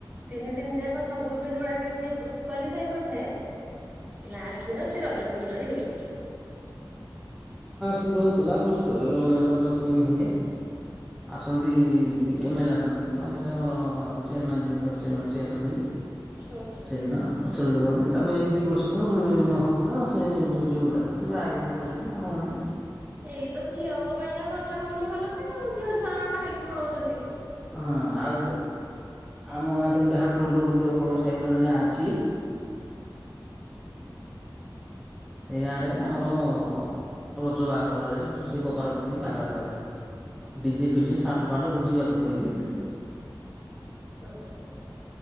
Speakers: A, on the right; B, in the centre.
A: ତିନି ଦିନ ଯାଙ୍କ ସବୁ ଇଭେଣ୍ଟ ଗୁଡାକରେ ଯେ କ୍ୱାଲିଫାଏ କରିଥାଏ। ଲାଷ୍ଟ ଦୀନ ସେ ରଜ ସୁନ୍ଦରୀ ହୁଏ।
B: ଏମିତି ହଉଥିଲା ବର୍ଷେ ଏ ଏ ରଜ କୁଇନ୍‌ ହୁଏ। ଆସନ୍ତି ଏମଏଲ୍‌ ଆସନ୍ତି ନହେଲେ ଆମର ର ର ଚେୟାରମ୍ୟାନ୍ ଯିଏ ବ୍ଲକ୍ ଚାରୀମାନେ ‌ସିଏ ଆସନ୍ତି।
A: ହୁଁ ହୁଁ।
B: ସେଇଦୀନ ଉତ୍ସର୍ଗିତ କରନ୍ତି ତାପରେ ଏଇ ଦି ବର୍ଷ ହେଲା ଉ ଉ ହଉଥିଲା ସେ ଯୋଉ ଝିଅଗୁଡ଼ା ଥିଲେ ସେ ବାହା ହେଇଗଲେ। ପଳେଇ ଲେଣି ଆଉ ହୋଉନାହିଁ।
A: ଏଇତ ଝିଅଙ୍କ ପାଇଁ ଆଉ ରଜ ହଉନି ଭଲ ସେ ଝିଅ ଝୁଆ ବାହାହେଇକି ପଳୋଉଚନ୍ତି।
B: ହଁ ଆଉ ଗୋଟେ ଏ ଆମ ଗାଁ ଠୁଁ ଗୋଟେ ହାପ୍କିଲୋମିଟର ରୁ। ବୋଉଳ ସାହି ବୋଲି ଗୋଟେ ଗାଁ ଅଛି। ସେଇ ଗାଁରେ ଆମର ର ଅ ରଜ ବାହାଘର କରାଯାଏ ଆଉ ସେ ଶିବ ପାର୍ବତୀ କି ବି ବାହାଘର କରାଯାଏ। ଡିଜେ ଫିଜେ ସାଉଣ୍ଡ ଫାଉଣ୍ଡ ଭୋଜୀ ଭାତ କରିକି ଇ ଇ
A: ଓ ହୋ